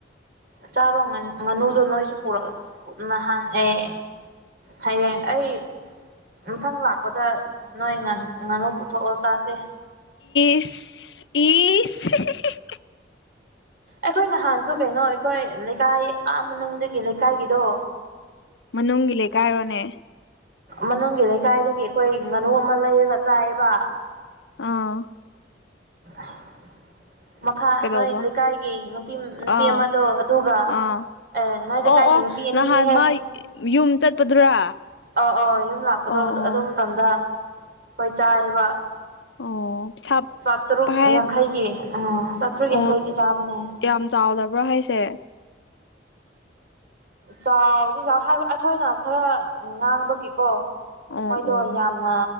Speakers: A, on the right (about 55°); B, on the left (about 75°).
A: ꯆꯥꯔꯣ ꯉꯥꯟ ꯉꯥꯅꯨꯗꯣ ꯅꯣꯏꯁꯨ ꯄꯣꯔꯛ ꯅꯍꯥꯟ ꯑꯦ ꯍꯌꯦꯡ ꯑꯩ ꯃꯊꯪ ꯂꯥꯛꯄꯗ ꯅꯣꯏ ꯉꯥꯟ ꯉꯥꯅꯨ ꯄꯨꯊꯣꯛꯑꯣ ꯆꯥꯁꯦ
B: ꯏꯁ ꯏꯁ <unintelligible>
A: ꯑꯩꯈꯣꯏ ꯅꯍꯥꯟꯁꯨ ꯀꯩꯅꯣ ꯑꯩꯈꯣꯏ ꯂꯩꯀꯥꯏ ꯑꯥ ꯃꯅꯨꯡꯗꯒꯤ ꯂꯩꯀꯥꯏꯒꯤꯗꯣ
B: ꯃꯅꯨꯡꯒꯤ ꯂꯩꯀꯥꯏꯔꯣꯅꯦ
A: ꯃꯅꯨꯡꯒꯤ ꯂꯩꯀꯥꯏꯗꯒꯤ ꯑꯩꯈꯣꯏ ꯉꯥꯅꯨ ꯑꯃ ꯂꯩꯔꯒ ꯆꯥꯏꯌꯦꯕ
B: ꯑꯥ
A: <inaudible> ꯃꯈꯥ
B: ꯀꯩꯗꯧꯕ
A: ꯅꯣꯏ ꯂꯩꯀꯥꯏꯒꯤ ꯅꯨꯄꯤ ꯅꯨꯄꯤ
B: ꯑꯥ
A: ꯑꯃꯗꯣ ꯑꯗꯨꯒ
B: ꯑꯥ
A: ꯑꯦ ꯅꯣꯏ ꯂꯩꯀꯥꯏꯒꯤ
B: ꯑꯣ ꯑꯣ
A: ꯅꯨꯄꯤ ꯑꯅꯤꯅꯤꯍꯦ
B: ꯅꯍꯥꯟ ꯃꯥꯏ ꯌꯨꯝ ꯆꯠꯄꯗꯨꯔꯥ
A: ꯑꯧ ꯑꯧ ꯌꯨꯝ ꯂꯥꯛꯄꯗꯣ
B: ꯑꯣ ꯑꯣ
A: ꯑꯗꯨ ꯃꯇꯝꯗ ꯑꯈꯣꯏ ꯆꯥꯏꯌꯦꯕ
B: ꯑꯣ ꯄꯩꯁꯥ
A: ꯆꯥꯇ꯭ꯔꯨꯛ
B: ꯄꯥꯏ
A: ꯌꯥꯡꯈꯩꯒꯤ ꯎꯝ ꯆꯥꯇ꯭ꯔꯨꯛ
B: ꯑꯣ
A: ꯌꯥꯡꯈꯩꯒꯤ ꯆꯥꯕꯅꯦ
B: ꯌꯥꯝ ꯆꯥꯎꯗꯕ꯭ꯔꯥ ꯍꯥꯏꯁꯦ
A: ꯆꯥꯎꯗꯤ ꯆꯥꯎ ꯍꯥꯏꯕ ꯑꯩꯈꯣꯏꯅ ꯈꯔ ꯉꯥꯡꯕꯒꯤꯀꯣ
B: ꯑꯣ
A: ꯃꯣꯏꯗꯣ
B: ꯑꯣ
A: ꯌꯥꯝꯅ